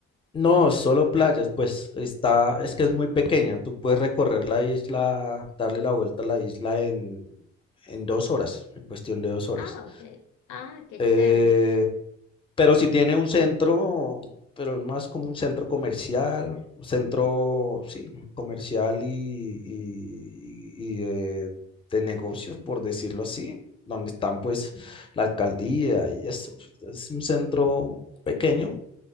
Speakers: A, on the left (about 20°); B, on the left (about 80°).
A: No, solo playas, pues está, es que es muy pequeña, tú puedes recorrer la isla, darle la vuelta a la isla en, en dos horas, en cuestión de dos horas.
B: Ah, ok. Ah, qué
A: Eh,
B: chévere.
A: Pero si tiene un centro, pero es más como un centro comercial, un centro, sí, comercial y, y- y de, de negocios, por decirlo así, donde están pues la alcaldía y eso. Es un centro pequeño,